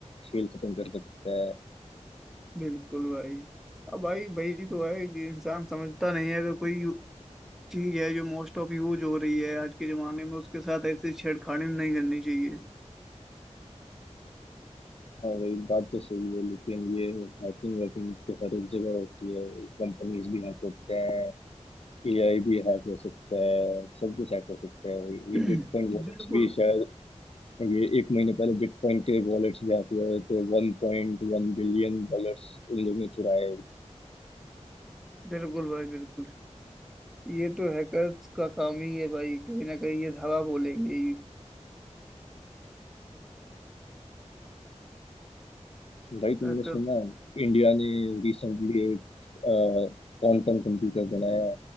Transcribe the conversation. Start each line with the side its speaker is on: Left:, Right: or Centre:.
Left: खेल खत्म कर सकता है
Centre: बिल्कुल भाई अब भाई भाई तो है कि इंसान समझता नहीं है अगर कोई यू- चीज है जो मोस्ट ऑफ यूज हो रही है आज के जमाने में उसके साथ ऐसी छेड़खानी नहीं करनी चाहिए
Left: हाँ वही बात तो सही है लेकिन ये हैकिंग वैकिंग तो हर एक जगह होती है कंपनीज भी हैक होते हैं एआई भी हैक हो सकता है सब कुछ हैक हो सकता है
Centre: <clears throat>
Left: ये बिटकॉइन वॉलेट्स
Centre: बिल्कुल
Left: भी शायद ये एक महीने पहले बिटकॉइन के वॉलेट्स भी हैक हुए थे वन पॉइंट वन बिलियन डॉलर्स उन लोगों ने चुराए
Centre: बिल्कुल भाई बिल्कुल ये तो हैकर्स का काम ही है भाई कहीं ना कहीं ये धावा बोलेंगे ही
Left: भाई तुमने
Centre: Hacker-
Left: सुना है इंडिया ने रिसेंटली एक क्वांटम कंप्यूटर बनाया